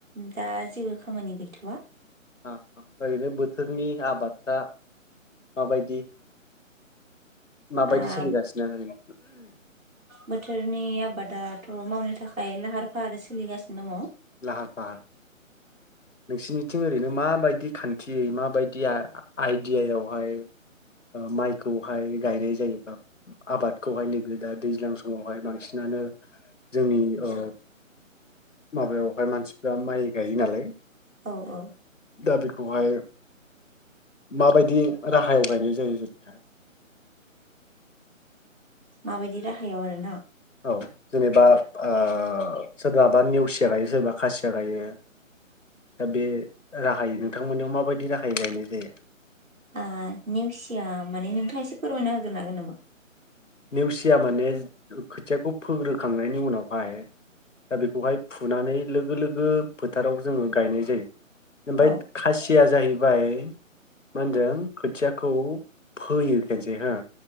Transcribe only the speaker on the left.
अ अ ओरैनो बोथोरनि आबादफ्रा माबायदि माबायदि
सोलिगासिनो ओरैनो
लाहार फाहार नोंसिनि थिं ओरैनो माबायदि खान्थियै माबायदि आइडियायावहाय ओ माइखौहाय गायनाय जायोबा ओ आबादखौहाय नैबे दा दैज्लां समावहाय बांसिनानो जोंनि ओ माबायावहाय मानसिफ्रा माइ गायो नालाय
दा बेखौहाय माबायदि राहायाव गायनाय जायो जोंनिहा
औ जेनेबा ओ सोरनाबा नेवसिया गायो सोरबा खासिया गायो दा बे राहायै नोंथांमोननियाव माबायदि राहायै गायनाय जायो?
नेवसिया माने खोथियाखौ फोग्रोखांनायनि उनावहाय दा बेखौहाय फुनानै लोगो लोगो फोथाराव जोङो गायनाय जायो। ओमफ्राय
खासिया जाहै बाय मा होनदों खोथियाखौ फोयो खेनसे हा